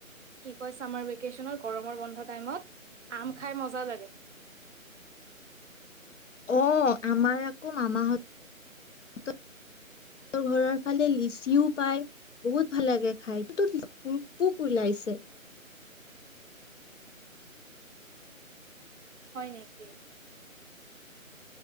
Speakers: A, on the right; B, on the left.
A: কি কয় চামাৰ ভেকে্চনত গৰমৰ বন্ধ টাইমত আম খাই মজা লাগে।
B: অ আমাৰ আকৌ মাঁমাহততৰ ঘৰৰ ফালে লিচিও পায় বহুত ভাল লাগে খাই তোক পোক ওলাইছে
A: হয় নেকি?